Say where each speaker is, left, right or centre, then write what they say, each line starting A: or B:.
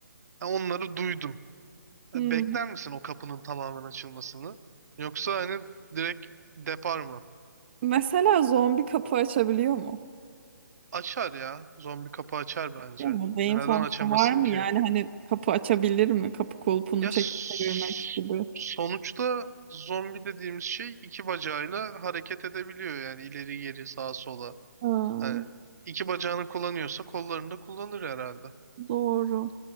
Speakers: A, on the right (about 55°); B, on the right (about 35°).
A: Ha, onları duydun. Ha,
B: hmm.
A: Bekler misin o kapının tamamen açılmasını? Yoksa hani direkt depar mı?
B: Mesela zombi kapı açabiliyor mu?
A: Açar ya. Zombi kapı açar bence.
B: Biliyor mu? Beyin
A: Ya Neden
B: fonksiyonu
A: açamasın
B: var mı?
A: ki?
B: Yani hani kapı açabilir mi? Kapı kulpunu
A: Ya
B: çekip
A: s-
B: çevirmek gibi.
A: sonuçta zombi dediğimiz şey iki bacağıyla hareket edebiliyor yani ileri geri sağa sola.
B: Aa,
A: Hani iki bacağını kullanıyorsa kollarını da kullanır herhalde.
B: doğru.